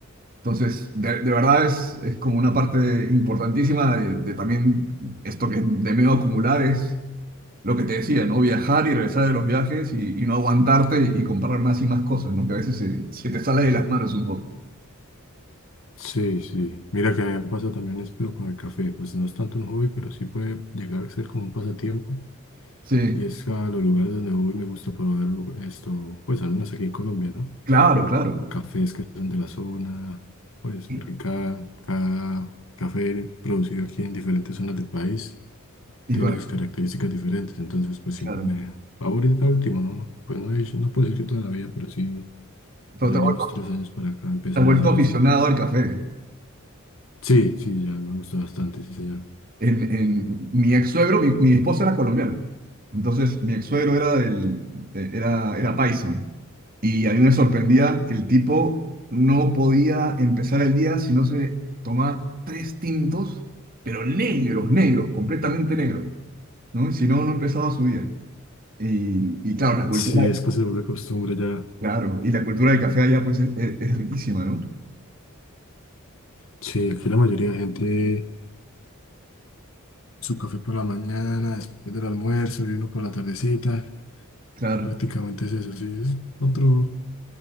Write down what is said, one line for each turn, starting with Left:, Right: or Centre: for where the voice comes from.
Right: Entonces, de, de verdad es, es como una parte importantísima de, de también esto que de medio acumular es lo que te decía, ¿no? Viajar y regresar de los viajes y, y no aguantarte y comprar más y más cosas, ¿no? Que a veces se, se te sale de las manos un poco.
Left: Sí, sí. Mira que a mí me pasa también es pero con el café. Pues no es tanto un hobby, pero sí puede llegar a ser como un pasatiempo.
Right: Sí,
Left: Y es a los lugares donde voy me gusta probar lu- esto, pues al menos aquí en Colombia, ¿no?
Right: claro, claro.
Left: Cafés que son de la zona, pues porque
Right: Y,
Left: cada, cada café producido aquí en diferentes zonas del país
Right: y
Left: tiene
Right: bueno,
Left: sus características diferentes. Entonces, pues siempre
Right: claro.
Left: me... Ahorita último, ¿no? Pues no, he- no puedo decir que toda la vida, pero sí
Right: Pero
Left: Por
Right: te
Left: ahí
Right: has
Left: de
Right: vuelto,
Left: unos tres años para acá empezaba
Right: te has vuelto
Left: a hacer
Right: aficionado
Left: eso.
Right: al café.
Left: Sí, sí, ya me gusta bastante, sí, señor.
Right: en, en- mi ex suegro, mi, mi esposa era colombiana. Entonces, mi ex suegro era del, eh, era, era paisa. Y a mí me sorprendía que el tipo no podía empezar el día si no se tomaba tres tintos, pero negros, negros, completamente negros, ¿no? Y si no, no empezaba su día. Y, y claro, la cultura,
Left: Sí, es que se vuelve costumbre ya.
Right: claro, y la cultura del café allá, pues, es, es- es riquísima, ¿no?
Left: Sí, aquí la mayoría de gente, su café por la mañana, después del almuerzo y uno por la tardecita.
Right: Claro.
Left: Prácticamente es eso, sí, es otro,